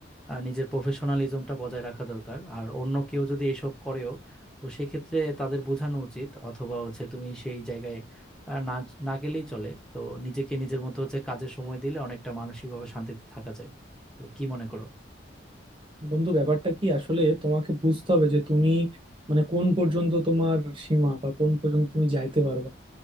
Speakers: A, in the centre; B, on the right.
A: আর নিজের প্রফেশনালিজমটা বজায় রাখা দরকার আর অন্য কেউ যদি এসব করেও তো সেক্ষেত্রে তাদের বোঝানো উচিত অথবা হচ্ছে তুমি সেই জায়গায় আর না না গেলেই চলে তো নিজেকে নিজের মতো হচ্ছে কাজের সময় দিলে অনেকটা মানসিকভাবে শান্তিতে থাকা যায় তো কি মনে করো
B: বন্ধু ব্যাপারটা কি আসলে তোমাকে বুঝতে হবে যে তুমি মানে কোন পর্যন্ত তোমার সীমা বা কোন পর্যন্ত তুমি যাইতে পারবা